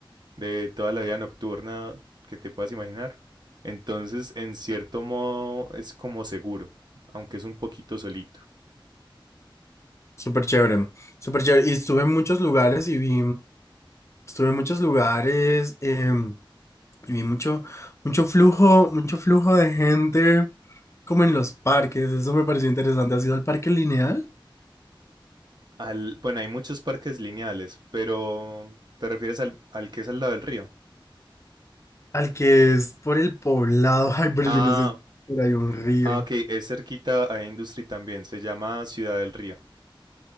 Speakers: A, on the right; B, on the left.
A: de toda la vida nocturna que te puedas imaginar. Entonces, en cierto modo, es como seguro, aunque es un poquito solito.
B: Súper chévere, súper chévere. Y estuve en muchos lugares y vi, estuve en muchos lugares em, y vi mucho, mucho flujo, mucho flujo de gente como en los parques. Eso me pareció interesante. ¿Has ido al parque lineal?
A: Al, bueno, hay muchos parques lineales, pero ¿te refieres al, al que es al lado del río?
B: Al que es por el poblado. <laughs> Ay, pero
A: Ah,
B: yo no sé si era ahí un río.
A: ah, ok, es cerquita a Industry también, se llama Ciudad del Río.